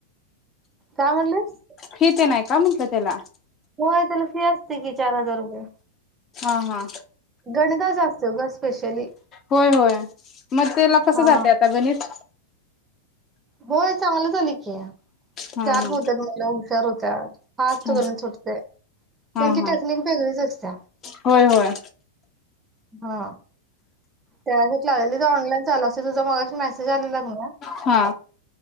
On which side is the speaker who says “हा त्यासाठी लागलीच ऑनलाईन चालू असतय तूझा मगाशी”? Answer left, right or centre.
Right